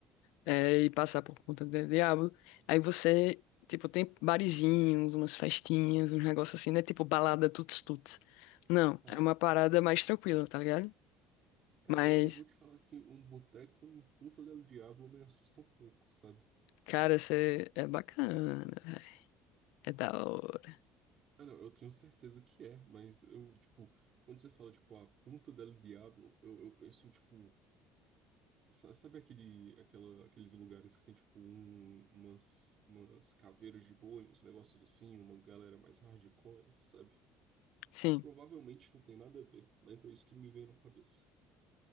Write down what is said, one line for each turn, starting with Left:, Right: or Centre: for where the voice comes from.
Left: é, e passar por Ponta do diabo aí você, tipo, tem barizinhos, umas festinhas, uns negócios assim, né tipo balada tuts-tuts. Não,
Right: Ah,
Left: é uma parada
Right: tá.
Left: mais tranquila, tá ligado?
Right: Cara,
Left: Mas,
Right: eu, eu vou te falar que um boteco em Punta del Diablo me assusta um pouco, sabe?
Left: cara, você é bacana, véi, é da hora.
Right: Ah, não, eu tenho certeza que é, mas eu, tipo, quando você fala, tipo, a Punta del Diablo, eu, eu penso em, tipo, sa- sabe aquele, aquela, aqueles lugares que tem, tipo, um- umas, umas caveiras de boi, uns negócios assim, uma galera mais hardcore, sabe?
Left: Sim,
Right: Provavelmente não tem nada a ver, mas é isso que me vem na cabeça.